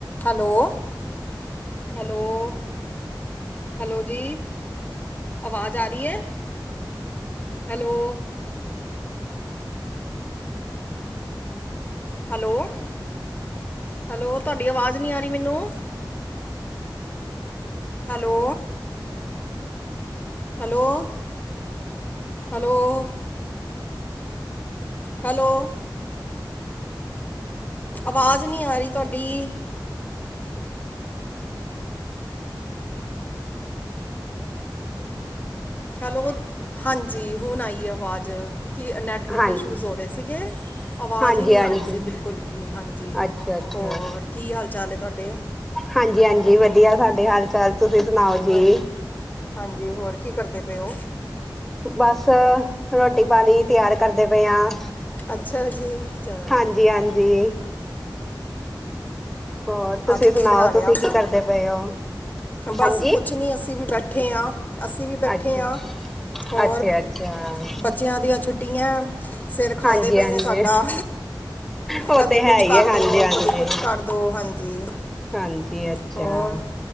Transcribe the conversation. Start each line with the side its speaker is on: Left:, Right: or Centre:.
Left: Hello hello hello ਜੀ ਆਵਾਜ਼ ਆ ਰਹੀ ਹੈ ਹੈਲੋ ਹੈਲੋ-ਹੈਲੋ ਤੁਹਾਡੀ ਆਵਾਜ਼ ਨਹੀਂ ਆ ਰਹੀ ਮੈਨੂੰ ਹੈਲੋ ਹੈਲੋ-ਹੈਲੋ ਹੈਲੋ ਆਵਾਜ਼ ਨਹੀਂ ਆ ਰਹੀ ਤੁਹਾਡੀ ਹੈਲੋ ਹਾਂਜੀ ਹੁਣ ਆਈ ਹੈ। ਆਵਾਜ਼ ਕੀ ਨੈਟਵਰਕ
Centre: ਹਾਂਜੀ
Left: ਇਸ਼ੂਜ ਹੋ ਰਹੇ ਸੀਗੇ ਅਵਾਜ਼
Centre: ਹਾਂਜੀ
Left: ਹੀ ਨਹੀਂ
Centre: ਹਾਂਜੀ
Left: ਆ ਰਹੀ ਸੀ ਬਿਲਕੁਲ ਵੀ ਹਾਂਜੀ
Centre: ਅੱਛਾ ਅੱਛਾ
Left: ਹੋਰ ਕੀ ਹਾਲ ਚਾਲ ਹੈ। ਤੁਹਾਡੇ
Centre: ਹਾਂਜੀ ਹਾਂਜੀ ਵਧੀਆ ਸਾਡੇ ਹਾਲ ਚਾਲ ਤੁਸੀਂ ਸੁਣਾਓ ਜੀ
Left: ਹਾਂ ਹਾਂਜੀ। ਹੋਰ ਕੀ ਕਰਦੇ ਪਓ
Centre: ਬਸ ਰੋਟੀ ਪਾਣੀ ਤਿਆਰ ਕਰਦੇ ਪਏ ਹਾਂ।
Left: ਅੱਛਾ ਜੀ। ਚਲੋ
Centre: ਹਾਂਜੀ, ਹਾਂਜੀ। ਹੋਰ ਤੁਸੀਂ
Left: ਅੱਜ ਕੀ
Centre: ਸੁਣਾਓ
Left: ਬਣਾ ਲਿਆ
Centre: ਤੁਸੀਂ ਕੀ ਕਰਦੇ ਪਏ ਹੋ।
Left: ਬਸ
Centre: ਹਾਂਜੀ
Left: ਕੁਛ ਨੀ ਅਸੀਂ ਵੀ ਬੈਠੇ। <unintelligible> ਅਸੀਂ ਵੀ ਬੈਠੇ
Centre: ਅੱਛਾ
Left: ਹਾਂ ਔਰ
Centre: ਅੱਛਾ ਅੱਛਾ
Left: ਬੱਚਿਆਂ ਦੀਆਂ ਛੁੱਟੀਆਂ ਦੀਆਂ। ਸਿਰ ਖਾਂਦੇ
Centre: ਹਾਂਜੀ
Left: ਪਏ
Centre: ਹਾਂਜੀ
Left: ਨੇ ਸਾਡਾ
Centre: ਉਹ
Left: ਕਦੇ
Centre: ਤੇ ਹੈ
Left: ਕੁਛ
Centre: ਹੀ
Left: ਕਰ
Centre: ਹੈ ਹਾਂਜੀ
Left: ਦੋ,
Centre: ਹਾਂਜੀ
Left: ਕਦੇ ਕੁਛ ਕਰ ਦੋ। ਹਾਂਜੀ।
Centre: ਹਾਂਜੀ। ਅੱਛਾ।
Left: ਹੋਰ